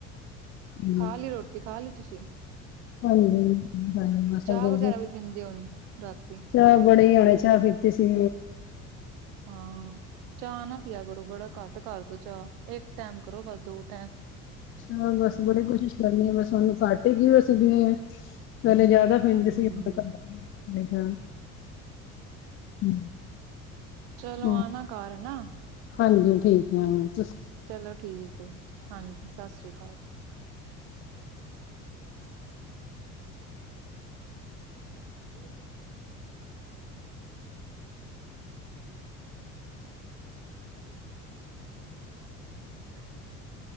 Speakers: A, on the left; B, on the right.
A: ਹੂੰ,
B: ਖਾ ਲ ਰੋਟੀ ਖਾ ਲ ਤੁਸੀਂ
A: ਹਾਂਜੀ ਹਾਏ ਮਸਾਂ
B: ਚਾਹ
A: ਜਲਦੀ
B: ਵਗੈਰਾ ਵੀ ਪੀਂਦੇ ਹੋਣ ਰਾਤੀ
A: ਚਾਹ ਬਣੀ ਹੁਣੇ ਚਾਹ ਪੀਤੀ ਸੀ
B: ਹਾਂ ਚਾਹ ਨਾ ਪਿਆ ਕਰੋ, ਬੜਾ ਘੱਟ ਕਰਦੋ ਚਾਹ ਇੱਕ ਟੈਮ ਕਰੋ ਬਸ ਦੋ ਟਾਈਮ
A: ਅ ਬਸ ਬੜੇ ਕੋਸ਼ਿਸ਼ ਕਰਨੀ ਆ ਬਸ ਉਹਨੂੰ ਕਾਟੇਗੀ ਬਸ ਜਿਵੇਂ ਪਹਿਲੇ ਜ਼ਿਆਦਾ <unintelligible>
B: ਹੂੰ ਚਲੋ
A: ਹਾਂ
B: ਆ ਨਾ ਘਰ ਨਾ
A: ਹਾਂਜੀ ਠੀਕ ਆਵਾਗੀ
B: ਚਲੋ ਠੀਕ ਹੈ ਹਾਂਜੀ ਸਤਿ ਸ਼੍ਰੀ ਅਕਾਲ ਚ ਉਏ ਅ